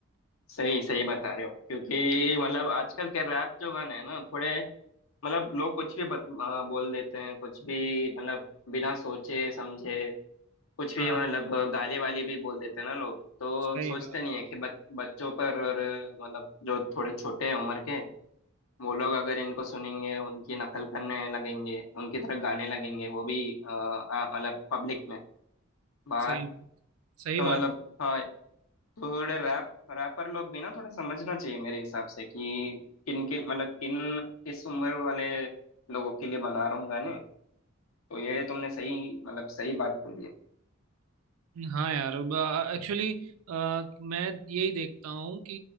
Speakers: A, on the left; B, on the right.
A: सही सही बता रहे हो क्योंकि मतलब आजकल के रैप जो गाने हैं ना थोड़े मतलब लोग कुछ भी बत, अ, बोल देते हैं कुछ भी मतलब बिना सोचे समझे कुछ भी
B: हाँ
A: मतलब गाली वाली भी बोल देते हैं ना लोग तो
B: सही
A: सोचते
B: बात
A: नहीं है कि बच, बच्चों पर और मतलब जो थोड़े छोटे हैं उम्र के वो लोग अगर इनको सुनेंगे उनकी नकल करने लगेंगे उनकी तरह गाने लगेंगे वो भी अ, अ, मतलब पब्लिक में बाहर
B: सही बात सही
A: तो
B: बात
A: मतलब हाँ थोड़े रैप रैपर लोग भी ना थोड़ा समझना चाहिए मेरे हिसाब से कि किन किन मतलब किन किस उम्र वाले लोगों के लिए बना रहा हूँ गाने तो ये तुमने सही मतलब सही बात बोली है
B: हाँ यार एक्चुअली मैं यही देखता हूँ कि